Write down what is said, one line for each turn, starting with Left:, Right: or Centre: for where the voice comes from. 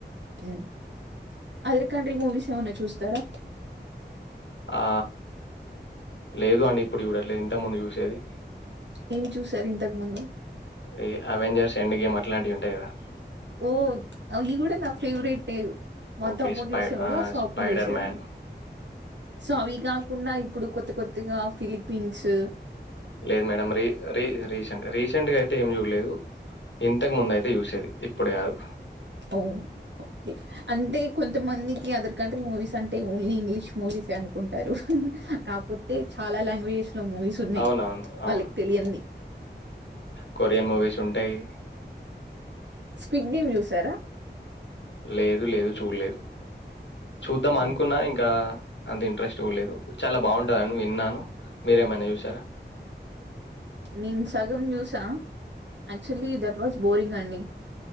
Right: ఉమ్. అదర్ కంట్రీ మూవీస్ ఏమన్నా చూస్తారా?
Left: ఆ లేదు అండి ఇప్పుడు చూడట్లేదు ఇంతకు ముందు చూసేది
Right: ఏం చూసారు ఇంతకు ముందు
Left: ఏ అవెంజర్స్ ఎండ్ గేమ్ అట్లాంటివి ఉంటాయి కదా
Right: ఓ అవి కూడా నా ఫేవరెట్ ఏవ్ మా
Left: ఓకే.
Right: తమ్ముడు
Left: స్పై
Right: చూసేవాడు
Left: ఆహ్,
Right: సో
Left: 'స్పైడర్
Right: అప్పుడు చూసేదాన్ని
Left: మ్యాన్.'
Right: సో అవి కాకుండా ఇప్పుడు కొత్త కొత్తగా ఫిలిపిన్స్
Left: లేదు మేడం రీ రీ రీసెంట్ రీసెంట్ గా అయితే ఏం చూడలేదు ఇంతకు ముంద అయితే చూసేది ఇప్పుడు కాదు
Right: అవుఓకే అంటే కొంతమంది అదర్ కంట్రీ మూవీస్ అంటే ఓన్లీ ఇంగ్లీష్ మూవీసే అనుకుంటారు కాకపోతే చాలా లాంగ్వేజెస్ లో మూవీస్ ఉన్నాయి
Left: అవునవును అవును
Right: వాళ్ళకి తెలియంది
Left: కొరియన్ మూవీస్ ఉంటాయి
Right: స్పిడ్ గేమ్ చూసారా
Left: లేదు లేదు చూడలేదు చూద్దాం
Right: ఓ
Left: అనుకున్నా ఇంకా అంత ఇంట్రెస్ట్ కూడా లేదు చాలా బాగుంటందని విన్నాను మీరేమైనా చూసారా
Right: నేను సగం చూసా యాక్చువల్లీ దట్ వాస్ బోరింగ్ అండి